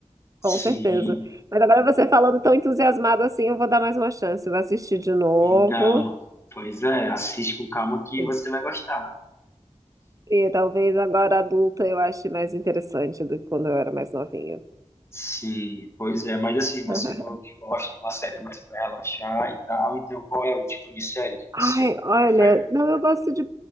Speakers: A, on the right; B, on the left.
A: com
B: Sim.
A: certeza. Mas agora você falando tão entusiasmado assim, eu vou dar mais uma chance, eu vou assistir de novo.
B: Então, pois é, assiste com calma que
A: E,
B: você vai gostar.
A: e talvez agora adulta eu ache mais interessante do que quando eu era mais novinha.
B: Sim, pois é, mas assim, você
A: <laughs>
B: falou que gosta de uma série mais para relaxar e tal, então qual é o tipo de série que você
A: Ai, olha,
B: prefere?
A: não, eu gosto de,